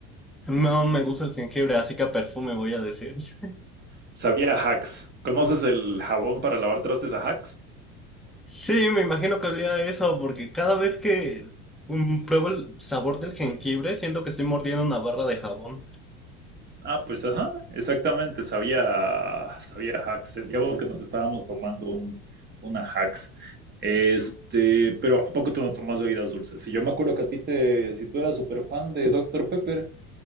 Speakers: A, in the centre; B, on the right.
A: No me gusta el jengibre, así que a perfume voy a decir. <laughs>
B: Sabía a Hacks. ¿Conoces el jabón para lavar trastes a Hacks?
A: Sí, me imagino que olía a eso, porque cada vez que mm, pruebo el sabor del jengibre, siento que estoy mordiendo una barra de jabón.
B: Ah, pues ajá, exactamente, sabía, sabía Hacks. Sentíamos que nos estábamos tomando un, una Hacks. Este, pero ¿a poco tú no tomas bebidas dulces? Si yo me acuerdo que a ti te, si tú eras súper fan de Doctor Pepper,